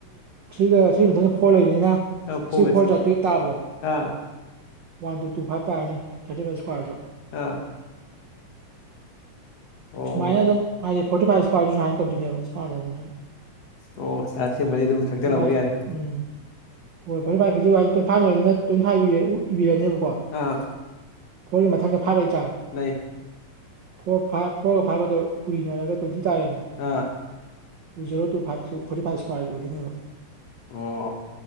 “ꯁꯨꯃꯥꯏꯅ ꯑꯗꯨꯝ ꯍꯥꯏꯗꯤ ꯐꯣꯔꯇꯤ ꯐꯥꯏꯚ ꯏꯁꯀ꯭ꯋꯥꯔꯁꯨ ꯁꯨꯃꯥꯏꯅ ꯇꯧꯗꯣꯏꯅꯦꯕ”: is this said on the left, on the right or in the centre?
Right